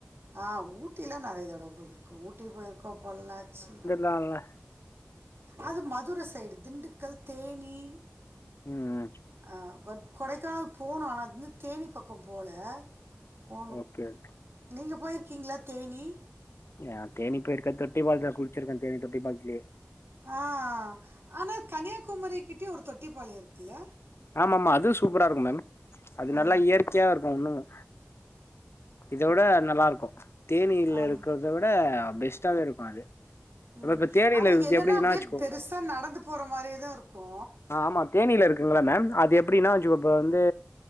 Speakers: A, on the right (about 55°); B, on the left (about 65°).
A: ஆ ஊட்டிலா நெறைய தடவ போயிருக் ஊட்டி போயிருக்கோ பொள்ளாச்சி
B: தாங்க
A: அது மதுர சைடு திண்டுக்கல் தேனி
B: ம்
A: அ கொடைக்கானல் போணோ ஆனா வந்து தேனி பக்கோ போல போணு
B: க்கேட்
A: நீங்க போயிருக்கீங்ளா தேனி
B: நா தேனி பேயிருக்க தொட்டி பாலத்ல குளுச்சுருக்கே தேனி தொட்டி பாலத்லயே
A: ஆ ஆனா கன்னியாகுமரி கிட்டயு ஒரு தொட்டிப்பாளயோ இருக்குல்ல
B: ஆமாமா அது சூப்பராருக்கு மேம் அது
A: ஆ
B: நல்லா இயற்கையாருக்கு இன்னுமு இத விட அது நல்லாருக்கு தேனீலருக்கத
A: ஆம்
B: விட பெஸ்ட்டாவேருக்கு அது
A: ம்
B: இப்போ இப்போ தேனியில்
A: ஆனா
B: இருக்குது
A: என்னனா
B: எப்படின்னா
A: அப்டியே
B: வச்சுக்கோ
A: பெருசா நடந்து போற மாரியே தா ருக்கு
B: ஆ ஆமா தேனியில இருக்குங்கள மேம் அது எப்டினா வச்சுக்கோ இப்ப வந்து